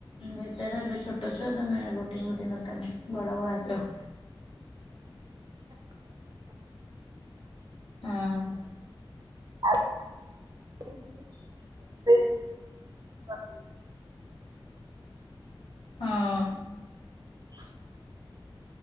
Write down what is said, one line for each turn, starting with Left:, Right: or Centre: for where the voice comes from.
Left: ଭିତରେ ଏବେ ଛୋଟ ଛୁଆ ତମେ ବୋଟିଂ ଫୋଟିଂ ଦରକାର ନାହିଁ ବଡ଼ ହୁଅ ଆସିବ। ହଁ।
Right: ଆ <unintelligible> <unintelligible>
Left: ହଁ।
Right: <unintelligible>